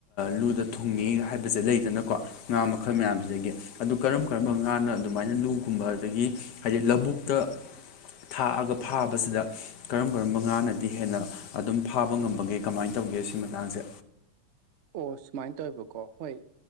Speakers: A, on the left; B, on the right.
A: ꯂꯨꯗ ꯊꯨꯡꯉꯦ ꯍꯥꯏꯕꯁꯦ ꯂꯩꯗꯅꯀꯣ ꯉꯥ ꯃꯈꯜ ꯃꯌꯥꯝꯁꯤꯗꯒꯤ ꯑꯗꯨ ꯀꯔꯝ ꯀꯔꯝꯕ ꯉꯥꯅ ꯑꯗꯨꯃꯥꯏꯅ ꯂꯨꯒꯨꯝꯕ ꯑꯗꯒꯤ ꯍꯥꯏꯗꯤ ꯂꯕꯨꯛꯇ ꯊꯥꯛꯑꯒ ꯐꯥꯕꯁꯤꯗ ꯀꯔꯝ ꯀꯔꯝꯕ ꯉꯥꯅꯗꯤ ꯍꯦꯟꯅ ꯑꯗꯨꯝ ꯐꯥꯕ ꯉꯝꯕꯒꯦ ꯀꯃꯥꯏꯅ ꯇꯧꯒꯦ ꯁꯤ ꯃꯇꯥꯡꯁꯦ
B: ꯑꯣ ꯁꯨꯃꯥꯏ ꯇꯧꯋꯦꯕꯀꯣ ꯍꯣꯏ